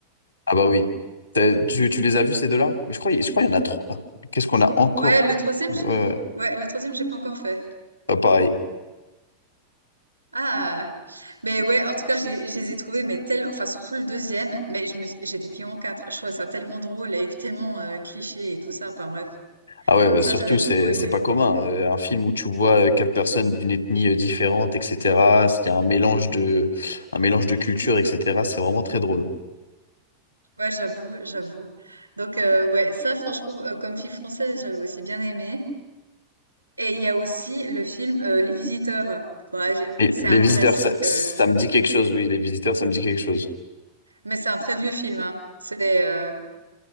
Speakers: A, on the left; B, on the right.
A: ah bah oui. T'as- Tu, tu les as vus ces deux-là? Mais je crois, je crois qu'il y en a trois. Qu'est-ce qu'on a encore?
B: Ouais, le troisième,
A: Ouais,
B: je-
A: ouais.
B: ouais, le troisième, j'ai pas encore fait.
A: ah, pareil.
B: Ah. Mais ouais, en tout cas, je les je les ai trouvés, mais tel, enfin surtout le deuxième, mais je me, suis- j'étais pliée en quatre. Je trouvais ça tellement drôle et tellement euh, cliché et tout ça. Enfin bref,
A: Ah ouais, bah
B: ça
A: surtout,
B: j'avais beaucoup
A: c'est,
B: aimé.
A: c'est pas commun. Euh, Un film où tu vois euh, quatre personnes d'une ethnie euh, différente, etc. Il y a un mélange de, un mélange de cultures, etc. C'est vraiment très drôle.
B: Ouais, j'avoue, j'avoue. Donc euh, ouais, ça franchement, euh, comme fille française, j'avais aussi bien aimé. Et il y a aussi le film euh, Les Visiteurs. Bon, ah, j'ai-
A: Et
B: c'est
A: les
B: un
A: visiteurs,
B: classique,
A: ça, ça
B: euh,
A: me dit quelque chose, oui. Les visiteurs, ça me dit quelque chose.
B: mais c'est un très vieux film. hein. C'est euh,